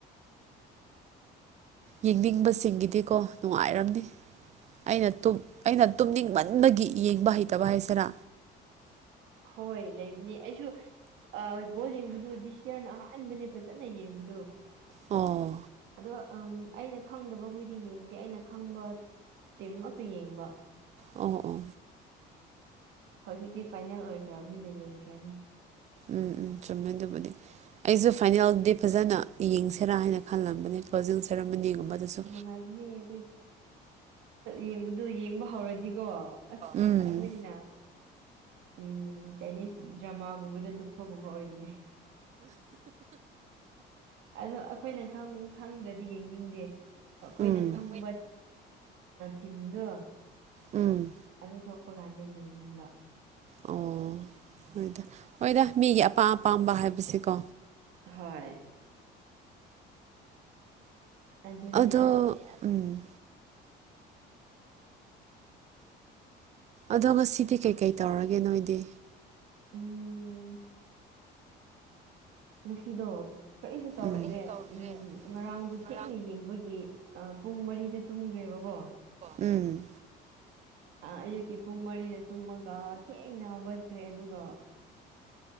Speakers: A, on the right; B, on the right.
A: ꯌꯦꯡꯅꯤꯡꯕꯁꯤꯡꯒꯤꯗꯤꯀꯣ ꯅꯨꯡꯉꯥꯏꯔꯝꯅꯤ ꯑꯩꯅ ꯑꯩꯅ ꯇꯨꯝꯅꯤꯡꯃꯟꯕꯒꯤ ꯌꯦꯡꯕ ꯍꯩꯇꯕ ꯍꯥꯏꯁꯤꯔꯥ
B: ꯍꯣꯏ ꯂꯩꯕꯅꯦ ꯑꯩꯁꯨ ꯣꯏ ꯕꯣꯜ ꯌꯦꯡꯕꯗꯨꯣ ꯗꯤꯁ ꯌꯔꯅ ꯑꯍꯥꯟꯕꯅꯦ ꯐꯖꯅ ꯌꯦꯡꯕꯗꯣ
A: ꯑꯣꯥ
B: ꯑꯗꯣ ꯑꯩꯅ ꯈꯪꯗꯕ ꯍꯣꯏꯗꯤ ꯌꯦꯡꯗꯦ ꯑꯩꯅ ꯈꯪꯕ ꯇꯤꯝ ꯉꯛꯇ ꯌꯦꯡꯕ
A: ꯑꯣ ꯑꯣ
B: ꯍꯧꯖꯤꯛꯇꯤ ꯐꯥꯏꯅꯦꯜ ꯑꯣꯏꯈ꯭ꯔꯕꯅꯤꯅ ꯌꯦꯡꯈ꯭ꯔꯅꯤ
A: ꯎꯝ ꯎꯝ ꯆꯨꯝꯃ ꯑꯗꯨꯕꯨꯗꯤ ꯑꯩꯁꯨ ꯐꯥꯏꯅꯦꯜꯗꯤ ꯐꯖꯅ ꯌꯦꯡꯁꯤꯔꯥ ꯍꯥꯏꯅ ꯍꯜꯂꯝꯕꯅꯦ ꯀ꯭ꯂꯣꯖꯤꯡ ꯁꯦꯔꯃꯅꯤꯒꯨꯝꯕꯗꯁꯨ
B: ꯅꯨꯡꯉꯥꯏꯕꯅꯦ ꯑꯩꯈꯣꯏ ꯌꯦꯡꯕꯗꯣ ꯌꯦꯡꯕ ꯍꯧꯔꯗꯤꯀꯣ ꯑꯁ
A: ꯎꯝ
B: ꯑꯩꯈꯣꯏꯅ ꯎꯝ ꯆꯥꯏꯅꯤꯁ ꯗ꯭ꯔꯃꯥꯒꯨꯝꯕꯗ ꯂꯨꯞꯄꯒꯨꯝꯕ ꯑꯣꯏꯕꯅꯦ ꯑꯗꯣ ꯑꯩꯈꯣꯏꯅ ꯈꯪꯗꯗꯤ ꯌꯦꯡꯅꯤꯡꯗꯦ ꯑꯩꯈꯣꯏꯅ
A: ꯎꯝ
B: ꯈꯪꯕ ꯊꯤꯝꯗꯣ
A: ꯎꯝ
B: ꯑꯗꯨ ꯊꯣꯛꯄ ꯀꯥꯟꯗ ꯌꯦꯡꯅꯤꯡꯕ
A: ꯑꯣ ꯍꯣꯏꯗ ꯍꯣꯏꯗ ꯃꯤꯒꯤ ꯑꯄꯥꯝ ꯑꯄꯥꯝꯕ ꯍꯥꯏꯕꯁꯤꯀꯣ
B: ꯍꯣꯏ ꯑꯗꯨꯅꯦ
A: ꯑꯗꯣ
B: ꯑꯁ
A: ꯎꯝ ꯑꯗꯨꯒ ꯁꯤꯗꯤ ꯀꯩꯀꯩ ꯇꯧꯔꯒꯦ ꯅꯣꯏꯗꯤ
B: ꯎꯝ ꯉꯁꯤꯗꯣ ꯀꯔꯤꯁꯨ ꯇꯧꯗ꯭ꯔꯦ
A: ꯎꯝ
B: ꯎꯝ
A: ꯎꯝ
B: ꯉꯔꯥꯡꯗꯨ ꯊꯦꯡꯅ ꯌꯦꯡꯕꯒꯤ ꯄꯨꯡ ꯃꯔꯤꯗ ꯇꯨꯝꯈ꯭ꯔꯦꯕꯀꯣ
A: ꯎꯝ
B: ꯑꯌꯨꯛꯀꯤ ꯄꯨꯡ ꯃꯔꯤꯗ ꯇꯨꯝꯃꯒ ꯊꯦꯡꯅ ꯍꯧꯒꯠꯈ꯭ꯔꯦ ꯑꯗꯨꯒ